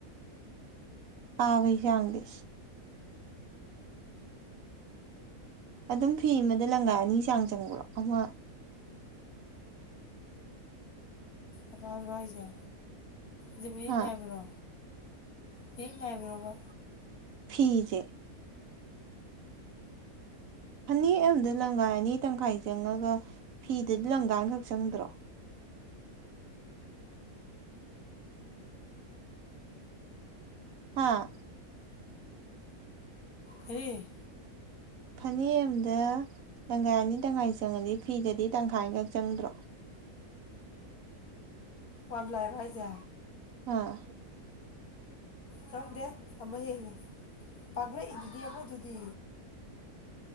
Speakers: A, on the right (about 65°); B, on the left (about 75°).
A: ꯄꯥꯕꯩ ꯆꯥꯡꯗꯤ ꯑꯗꯨꯝ ꯐꯤ ꯑꯃꯗ ꯂꯪꯒꯥ ꯑꯅꯤ ꯆꯥꯡ ꯆꯪꯕ꯭ꯔꯣ ꯑꯃ
B: ꯑꯄꯥ ꯕꯔꯣꯍꯥꯢꯖꯦ ꯖꯤ ꯃꯌꯦꯛ
A: ꯍꯥ
B: ꯅꯥꯏꯕ꯭ꯔꯣ ꯃꯌꯦꯛ ꯅꯥꯏꯕꯔꯣꯕ
A: ꯐꯤꯖꯦ ꯐꯅꯦꯛ ꯑꯝꯗ ꯂꯪꯒꯥꯏ ꯑꯅꯤ ꯇꯪꯈꯥꯏ ꯆꯪꯉꯒ ꯐꯤꯗꯗꯤ ꯂꯪꯒꯥ ꯑꯃꯈꯛ ꯆꯪꯗ꯭ꯔꯣ ꯍꯥꯥ
B: ꯀꯔꯤ
A: ꯐꯅꯦꯛ ꯑꯝꯗ ꯂꯪꯒꯥꯏ ꯑꯅꯤ ꯇꯪꯈꯥꯏ ꯆꯪꯉꯗꯤ ꯐꯤꯗꯗꯤ ꯇꯪꯈꯥꯏꯈꯛ ꯆꯪꯗ꯭ꯔꯣ
B: ꯋꯥꯟꯄ꯭ꯂꯥꯏꯔꯣ ꯍꯥꯏ ꯁꯦ
A: ꯑꯥ
B: ꯆꯪꯗꯦ ꯑꯃ ꯍꯦꯜꯂꯦ ꯄꯥꯛꯂꯛꯏꯗꯨꯗꯤ ꯑꯃꯗꯨꯗꯤ